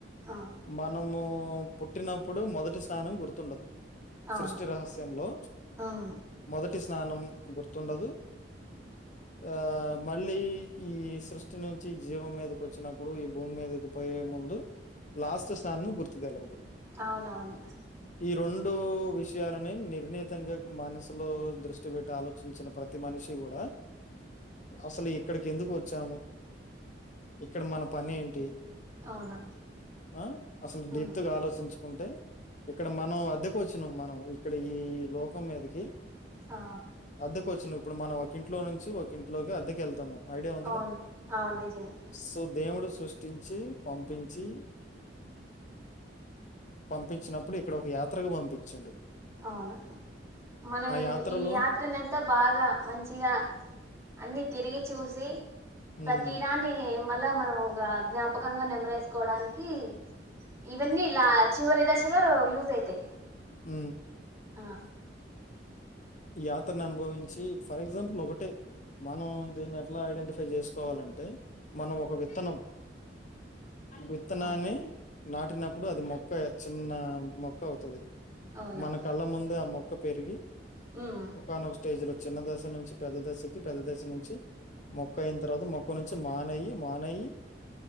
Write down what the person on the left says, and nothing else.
మనము పుట్టినప్పుడు మొదటి స్నానం గుర్తుండదు.
సృష్టి రహస్యంలో
మొదటి స్నానం గుర్తుండదు ఆ మళ్ళీ ఈ సృష్టి నుంచి జీవం మీదకి వచ్చినప్పుడు ఈ భూమి మీదకి పోయే ముందు లాస్ట్ స్నానం గుర్తు తెలవదు.
ఈ రెండు విషయాలని నిర్ణీతంగా మనసులో దృష్టి పెట్ ట్టి ఆలోచించిన ప్రతి మనిషి గూడా అసలు ఇ క్కడికి ఎందుకు వచ్చాము ఇక్కడ మన పని ఏంటి
ఆ అసలు డెప్త్
గా ఆలోచించు ఉంటే ఇక్కడ మనం అద్దెకు వచ్చినాం మనం ఇక్కడ ఈ లోకం మీదకి
అద్దెకు వచ్చినప్పుడు మనం ఒక ఇంట్లో నుంచి ఒక ఇంట్లోకి అద్దెకు వెళ్తున్నాం. ఐడియా ఉందిగా
సో దేవుడు సు సృష్టించి పంపించి పంపిచ్చినప్పుడు ఇక్కడ ఒక యాత్రకు పంపిచ్చిండు.
యాత్రలో
హ్మ్.
ఉ
యాత్రను అనుభవించి ఫర్ ఎగ్జాంపుల్ ఒకటే మనం దీన్ని ఎట్లా ఐడెంటిఫై చేసుకోవాలంటే మనం ఒక విత్తనం విత్తనాన్ని
నాటినప్పుడు అది మొక్క చిన్న మొక్క అవుతది
మన కళ్ళ ముందే ఆ మొక్క పెరిగి
ఒకానొక స్టేజ్లో చిన్న దశ నుంచి పెద్ద దశకి పెద్ద దశ నుంచి మొక్క అయిన తర్వాత మొక్క నుంచి మానయి మానయ్యి